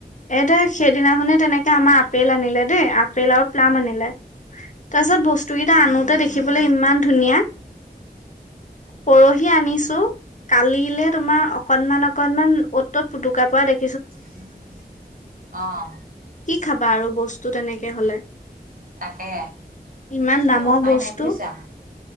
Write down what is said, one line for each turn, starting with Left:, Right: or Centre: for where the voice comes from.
Left: এ দে সেইদিনাখনে তেনেকে আমাৰ আপেল আনিলে দেই আপেল আৰু প্লাম আনিলে। তাৰ পিছত বস্তুকেইটা আনোতে দেখিবলৈ ইমান ধুনীয়া। পৰহি আনিছোঁ। কালিলে তোমাৰ অকনমান-অকনমান অ'ত ত'ত পুতুকা পৰা দে
Right: <unintelligible> অঁ!
Left: কি খাবা আৰু বস্তু তেনেকে হ'লে।
Right: তাকে
Left: ইমান দামৰ
Right: এই উপায়
Left: বস্তু।
Right: নাই বুজিছা